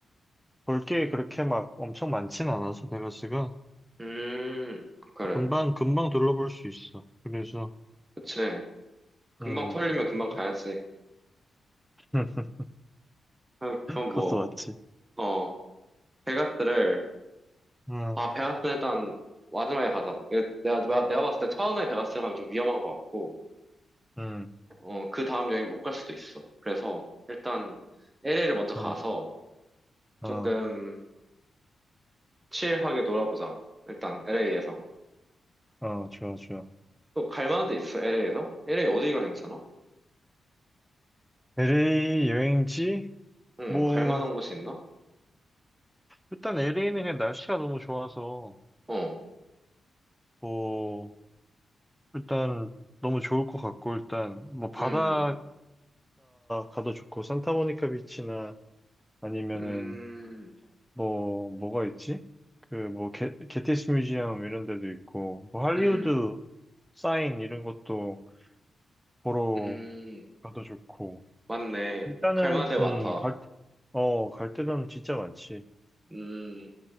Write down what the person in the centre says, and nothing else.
볼 게 그렇게 막 엄청 많진 않아서 베가스가
금방 금방 둘러볼 수 있어. 그래서
음,
<laughs>
음,
그것도
맞지.
음,
음,
어,
어,
어, 좋아, 좋아.
LA 여행지?
뭐
일단 LA는 그냥 날씨가 너무 좋아서
뭐 일단 너무 좋을 것 같고 일단 뭐 바다가
가도 좋고 산타모니카 비치나 아니면은
뭐, 뭐가 있지? 그, 뭐, 게, 게티스 뮤지엄 이런 데도 있고, 뭐, 할리우드
사인 이런 것도 보러
가도 좋고,
일단은,
음, 갈, 때- 어, 갈 데는 진짜 많지.